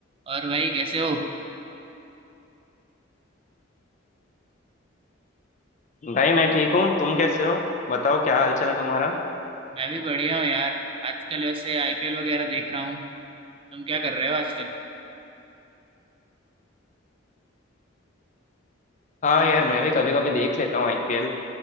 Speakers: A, on the right; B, on the left.
A: और भाई कैसे हो
B: भाई मैं ठीक हूँ तुम कैसे हो बताओ क्या हाल चाल है तुम्हारा
A: मैं भी बढ़िया हूँ यार आजकल वैसे आईपीएल वगैरह देख रहा हूँ तुम क्या कर रहे हो आजकल
B: हाँ यार मैं भी कभी कभी देख लेता हूँ आईपीएल